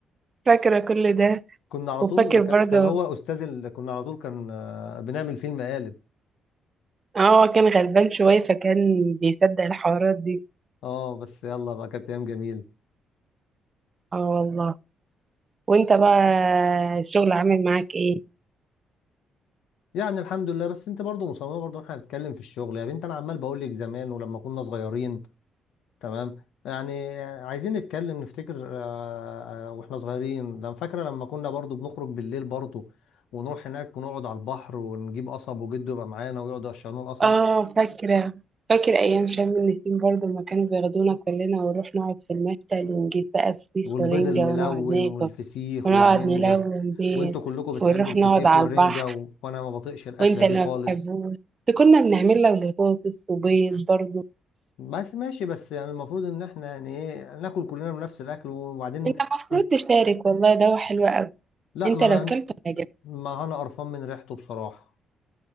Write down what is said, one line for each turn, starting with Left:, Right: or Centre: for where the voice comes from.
Right: فاكرة كل ده
Left: كنا على
Right: وفاكر
Left: طول ك-
Right: برضه
Left: كان هو استاذ ال... كنا على طول كان آه، بنعمل فيلم قالب
Right: اه كان غلبان شوية فكان بيصدق الحوارات دي
Left: اه بس يلا بقى كانت ايام جميله
Right: اه والله وانت بقى الشغل عامل معاك ايه؟
Left: يعني الحمد لله بس انت برضو مصممه برضو احنا هنتكلم في الشغل يا بنت انا عمال بقول لك زمان ولما كنا صغيرين تمام يعني عايزين نتكلم نفتكر آه، آه، واحنا صغيرين ده أنا فاكره لما كنا برضو بنخرج بالليل برضو ونروح هناك ونقعد على البحر ونجيب قصب وجده يبقى معانا ويقعدوا يقشروا القصب
Right: اه فاكرة فاكر أيام شم النسيم برضه لما كانوا بياخدونا كلنا ونروح نقعد في المشتل ونجيب بقى فسيخ
Left: والبيض
Right: ورنجة
Left: الملون
Right: ونقعد ناكل
Left: والفسيخ
Right: ونقعد
Left: والرنجه
Right: نلون بيه
Left: وانتوا كلكم بتحبوا
Right: ونروح
Left: الفسيخ
Right: نقعد على
Left: والرنجه
Right: البحر
Left: و... وانا ما بطيقش الاكله
Right: وانت اللي
Left: دي خالص
Right: ما بتحبوش كنا بنعمل لك بطاطس وبيض برضه
Left: بس ماشي بس يعني المفروض ان احنا يعني ايه ناكل كلنا من نفس الاكل وبعدين
Right: انت المفروض
Left: انت
Right: تشارك والله ده هو حلو قوي
Left: لا
Right: انت
Left: ما
Right: لو
Left: انا
Right: كلت هيعجبك
Left: ما انا قرفان من ريحته بصراحه